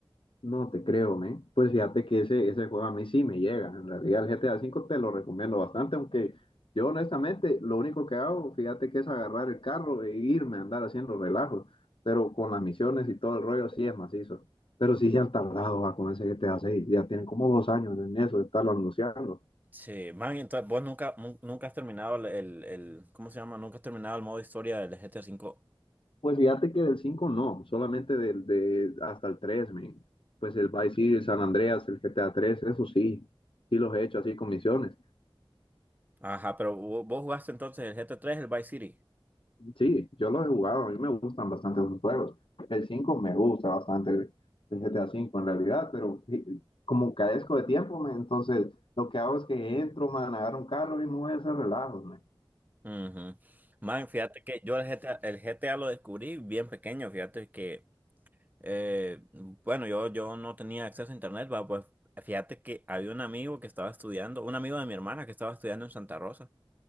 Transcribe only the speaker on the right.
Sí, man, entonces vos nunca, nun- nunca has terminado el, el, el- ¿cómo se llama? Nunca has terminado el modo historia del GTA V.
Ajá, pero vos, vos jugaste entonces el GTA 3, el Vice City.
Ujú. Man, fíjate que yo el GTA, el GTA lo descubrí bien pequeño, fíjate que, eh, bueno, yo, yo no tenía acceso a internet, va, pues fíjate que había un amigo que estaba estudiando, un amigo de mi hermana que estaba estudiando en Santa Rosa,